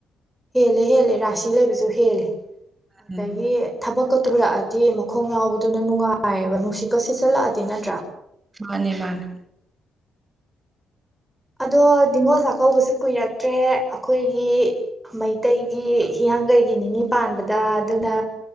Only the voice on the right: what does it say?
ꯎꯝ
ꯃꯥꯅꯦ ꯃꯥꯅꯦ